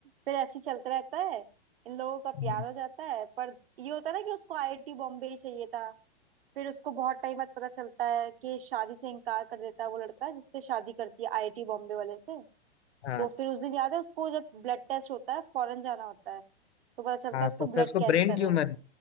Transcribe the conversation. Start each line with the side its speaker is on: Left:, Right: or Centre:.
Right: फिर ऐसे ही चलता रहता है इन लोगों का प्यार
Left: हम्म,
Right: हो जाता है पर ये होता है ना कि उसको आईआईटी बॉम्बे ही चाहिए था फिर उसको बहुत टाइम बाद पता चलता है कि शादी से इनकार कर देता है वो लड़का जिससे शादी करती है आईआईटी बॉम्बे वाले से
Left: हाँ
Right: तो फिर उस दिन याद है उसको जब ब्लड टेस्ट होता है फॉरेन जाना होता है तो पता चलता
Left: हाँ
Right: है उसको
Left: तो फिर
Right: ब्लड
Left: उसको
Right: कैंसर
Left: ब्रेन ट्यूमर
Right: है